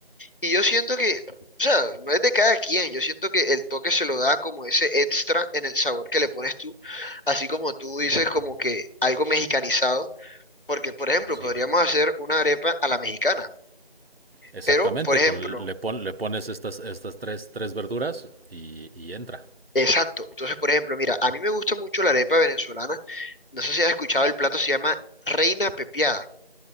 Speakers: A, on the left (about 60°); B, on the right (about 75°).
A: Y yo siento que, o sea, no es de cada quien, yo siento que el toque se lo da como ese extra en el sabor que le pones tú, así como tú dices como que algo mexicanizado, porque por ejemplo,
B: Sí.
A: podríamos hacer una arepa a la mexicana,
B: Exactamente,
A: pero por ejemplo,
B: con le pon- le pones estas estas tres tres verduras y, y entra.
A: Exacto. Entonces, por ejemplo, mira, a mí me gusta mucho la arepa venezolana. No sé si has escuchado el plato, se llama Reina Pepiada.